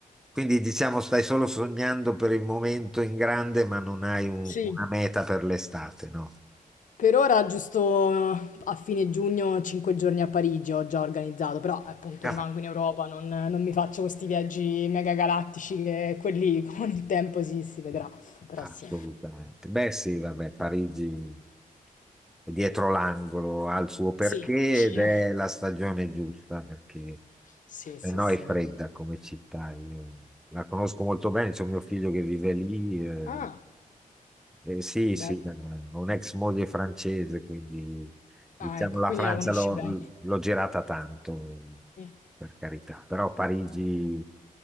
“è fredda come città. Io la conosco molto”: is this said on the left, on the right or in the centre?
Centre